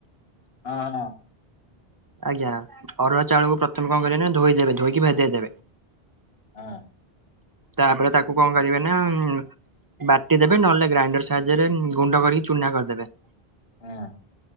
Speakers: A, on the left; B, on the right.
A: ହଁ ହଁ।
B: ଆଜ୍ଞା ଅରୁଆ ଚାଉଳକୁ ପ୍ରଥମେ କଣ କରିବ ନା ଧୋଇଦେବେ ଧୋଇକି ଭେଦେଇଦେବେ।
A: ହଁ।
B: ତାପରେ ତାକୁ କଣ କରିବେ ନା ଉଁ ବାଟି ଦେବେ ନହେଲେ ଗ୍ରାଇଣ୍ଡର ସାହାଯ୍ୟରେ ଗୁଣ୍ଡ କରିକି ଚୁନା କରିଦେବେ।
A: ହଁ